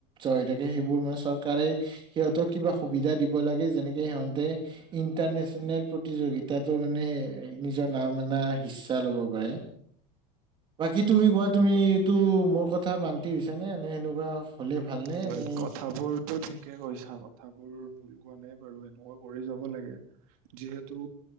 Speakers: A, on the right; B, on the right.
A: হৈ থাকে সেইবোৰ মানে চৰকাৰে সিহঁতক কিবা সুবিধা দিব লাগে যেনেকে সিহ ইণ্টাৰনেচনেল প্ৰতিযোগিতা তাটো মানে নিজৰ নাম এনা সিচ্ছা ল'ব পাৰে বাকী তুমি কোৱা
B: হয়
A: তুমি এইটো মোৰ কথা কথা মান্তি হৈছে নে এনে সেনেকুৱা হ'লে ভালনে
B: হয়
A: নে
B: কথাবোৰতো ঠিকে কৈছা কথাবোৰ ভুল হোৱা নাই বাৰু এনেকুৱা কৰি যাব লাগে যিহেতু